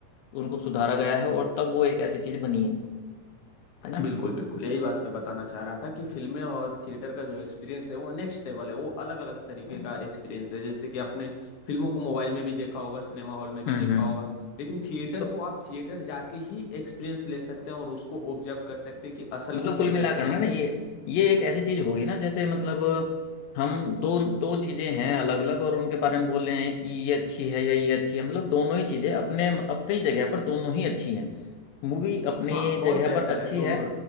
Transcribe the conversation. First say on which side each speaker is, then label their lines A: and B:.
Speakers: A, on the left; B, on the left.
A: उनको सुधारा गया है और तब वो एक ऐसी चीज़ बनी है है ना
B: बिल्कुल बिल्कुल यही बात मैं बताना चाह रहा था कि फिल्में और थिएटर का जो एक्सपीरियंस है वो नेक्स्ट लेवल है वो अलग अलग तरीके
A: हम्म
B: का एक्सपीरियंस है जैसे कि आपने फिल्मों को मोबाइल में भी देखा होगा सिनेमा हॉल में भी
A: हम्म
B: देखा
A: हम्म
B: होगा लेकिन थिएटर
A: तो
B: को आप थिएटर जाके ही एक्सपीरियंस ले सकते हैं और उसको ऑब्जर्व कर सकते हैं कि असल
A: मतलब
B: में
A: कुल
B: थिएटर
A: मिलाकर
B: क्या
A: ना
B: है
A: ना ये ये एक ऐसी चीज होगी ना जैसे मतलब हम दो दो चीजें हैं अलग अलग और उनके बारे में बोल रहे हैं कि ये अच्छी है या ये अच्छी है मतलब दोनों ही चीजें अपने अपनी जगह पर दोनों ही अच्छी हैं मूवी अपनी
B: हाँ बहुत
A: जगह
B: बेहतर
A: पर अच्छी
B: है दोनों
A: है